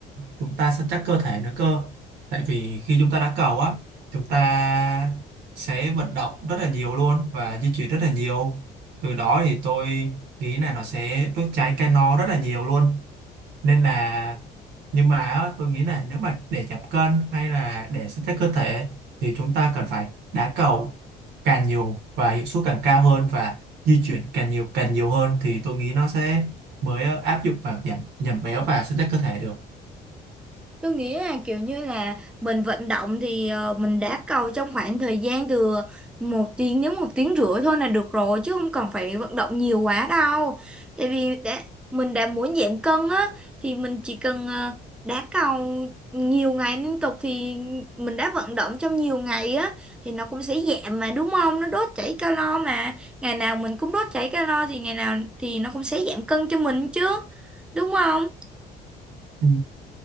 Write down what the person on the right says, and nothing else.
chúng ta săn chắc cơ thể nữa cơ tại vì khi chúng ta đá cầu á chúng ta sẽ vận động rất là nhiều luôn và di chuyển rất là nhiều từ đó thì tôi nghĩ là nó sẽ đốt cháy calo rất là nhiều luôn nên là nhưng mà á, tôi nghĩ là nếu mà để giảm cân hay là để săn chắc cơ thể thì chúng ta cần phải đá cầu càng nhiều và hiệu suất càng cao hơn và di chuyển càng nhiều càng nhiều hơn thì tôi nghĩ nó sẽ mới ờ, áp dụng vào giảm giảm béo và săn chắc cơ thể được
Ừ.